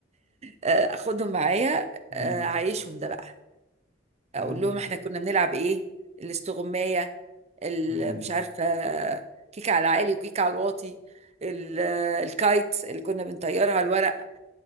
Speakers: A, on the right (about 35°); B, on the left (about 20°).
A: آه، اخدهم معايا
B: مم.
A: آه، اعيشهم ده بقى
B: مم.
A: اقول لهم احنا كنا بنلعب ايه الاستغمايه ال-
B: مم.
A: مش عارفة كيك على العالي وكيك على الواطي ال- الكايت اللي كنا بنطيرها الورق